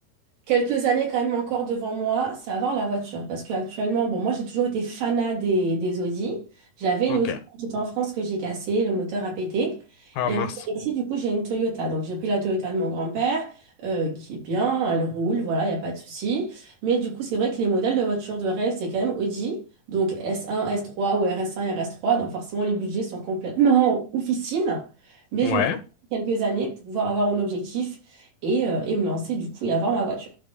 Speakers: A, on the right; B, on the left.
A: quelques années quand même encore devant moi, c'est avoir la voiture. Parce qu'actuellement, bon, moi j'ai toujours été fanat des, des Audi. J'avais
B: Ok.
A: une Audi quand j'étais en France que j'ai cassée, le moteur a pété.
B: Ah
A: Et
B: mince.
A: en ici, du coup, j'ai une Toyota. Donc j'ai pris la Toyota de mon grand-père, euh, qui est bien, elle roule, voilà, il n'y a pas de souci. Mais du coup, c'est vrai que les modèles de voitures de rêve, c'est quand même Audi. Donc s un, s trois ou RS1, rs trois. Donc forcément, les budgets sont complètement oufissimes. Mais
B: Ouais.
A: je me quelques années pour pouvoir avoir un objectif et, euh, et me lancer du coup et avoir ma voiture.